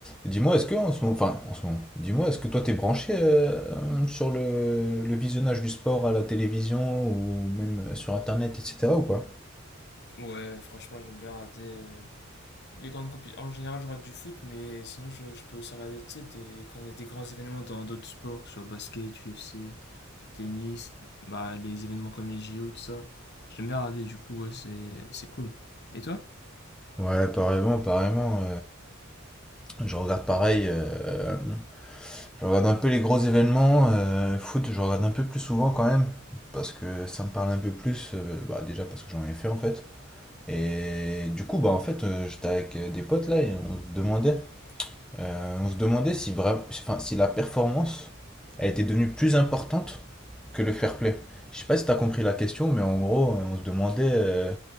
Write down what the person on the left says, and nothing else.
Ouais, franchement, j'aime bien regarder euh, les grandes compétitions. En général, je regarde du foot, mais sinon, je, je peux aussi regarder, tu sais, des- quand il y a des grands événements dans d'autres sports, que ce soit basket, UFC, tennis, bah, les événements comme les J o tout ça. J'aime bien regarder, du coup, ouais, c'est, c'est cool. Et toi?